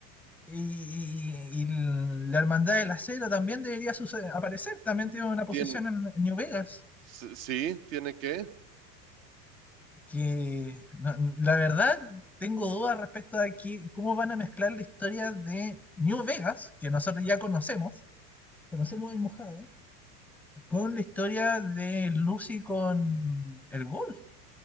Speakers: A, in the centre; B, on the right.
A: y, y- y la hermandad del acero también debería suce- aparecer, también tiene una posición
B: Tien-
A: en en New Vegas.
B: s- sí, tiene que.
A: que no- la verdad tengo dudas respecto a que, cómo van a mezclar la historia de New Vegas, que nosotros ya conocemos, conocemos el Mojave, con la historia de Lucy con el Ghoul,